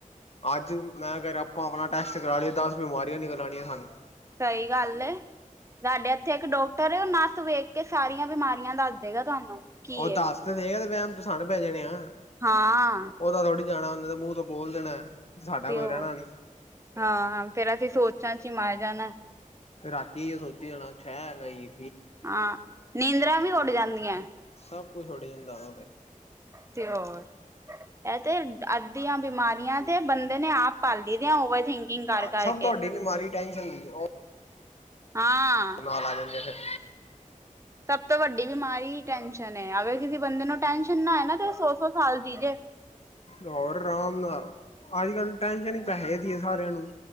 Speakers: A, on the left; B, on the right.
A: ਅੱਜ ਮੈਂ ਕੇ ਰਿਆ ਆਪਾਂ ਆਪਣਾ ਟੈਸਟ ਕਰਾ ਲਈ ਦੱਸ ਬਿਮਾਰੀਆ ਨਿਕਲ ਆਣੀਆਂ ਸਾਨ।
B: ਸਈ ਗੱਲ ਏ। ਸਾਡੇ ਏਥੇ ਇੱਕ ਡਾਕਟਰ ਉਹ ਨਾਸ ਵੇਖ ਕੇ ਸਾਰੀਆ ਬਿਮਾਰੀਆਂ ਦੱਸਦੇਗਾ ਤੁਹਾਨੂੰ। ਕੀ
A: ਓ
B: ਏ
A: ਦੱਸ ਤੇ ਦੇਗਾ ਤੇ ਵੇਮ ਤੇ ਸਾਨੂੰ ਪੈ ਜਾਣੇ ਆ।
B: ਹਾਂ।
A: ਓਦਾ ਥੋੜ੍ਹੀ ਜਾਣਾ ਊਨੇ ਤੇ ਮੂੰਹ ਤੋਂ ਬੋਲ ਦੇਣਾ। ਸਾਡਾ
B: ਤੇ
A: ਕੋਈ
B: ਉਹ
A: ਰਹਿਣਾ ਨੀ
B: ਹਾਂ ਫੇਰ ਅਸੀਂ ਸੋਚਾ ਇਚ ਹੀ ਮਰ ਜਾਣਾ।
A: ਫਿਰ ਰਾਤੀ ਏਇਔ ਸੋਚੀ ਜਾਣਾ ਛੇ ਰਈ।
B: ਹਾਂ ਨੀਂਦਰਾ ਵੀ ਉੱਡ ਜਾਂਦੀਐ।
A: ਸਭ ਕੁਛ ਉੱਡ ਜਾਂਦਾ ਵਾ ੳ ਫੇਰ
B: ਤੇ ਹੋਰ ਐ ਤੇ ਅੱਧੀਆਂ ਬਿਮਾਰੀਆਂ ਤੇ ਬੰਦੇ ੳਨੇ ਆਪ ਪਾਲਦੀਆ ਓਵਰ ਥਿੰਕਿੰਗ ਕਾਰ ਕਾਰਕੇ
A: ਸਭ ਤੁਹਾਡੀ ਬਿਮਾਰੀ ਟੈਨਸ਼ਨ ਦੀ ਉਹ
B: ਹਾਂ।
A: ਨਾਲ ਆ ਜਾਂਦੇ ਫੇਰ
B: ਸਭ ਤੋਂ ਵੱਡੀ ਬਿਮਾਰੀ ਟੈਸ਼ਨ ਏ, ਅਗਰ ਕਿਸੇ ਬੰਦੇ ਨੂੰ ਟੈਸ਼ਨ ਨਾਏ ਨਾ ਤੇ ਸੌ-ਸੌ ਸਾਲ ਜੀ ਜੇ
A: ਔਰ ਆਰਾਮ ਨਾਲ ਅੱਜ-ਕੱਲ ਟੈਨਸ਼ਨ ਈ ਪੈਹੇ ਦੀ ਸਾਰਿਆਂ ਨੂੰ